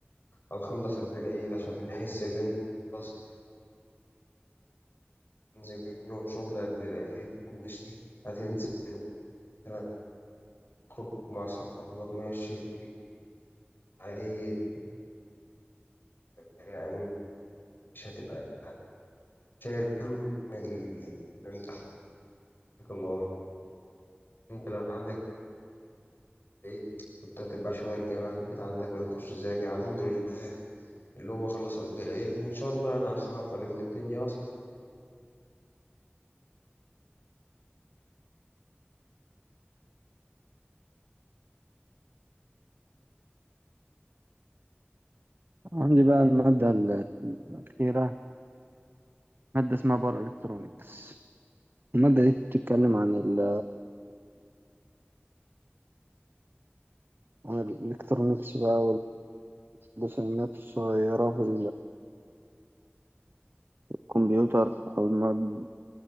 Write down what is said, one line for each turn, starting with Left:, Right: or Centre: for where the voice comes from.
Left: هنخلص قبل العيد عشان بحس إن أنت خلاص تنزل كام شغل قبل العيد ماشي هتنزل مثلا تخرج مع أصحابك ماشي عيد يعني مش هتبقى شايل هم ال- الامتحان اللي وراك انت لو عندك عيد كنت هتبقى شوية الجامعة في البيت عندك ولا أخش أذاكر الحمد لله اللي هو خلص قبل العيد وإن شاء الله أنا هعرف ألم الدنيا
Right: عندي بقى المادة ال- الأخيرة مادة اسمها باور إلكترونيكس المادة دي بتتكلم عن ال عن الإلكترونيكس بقى والرسومات الصغيرة في الكمبيوتر أو المواد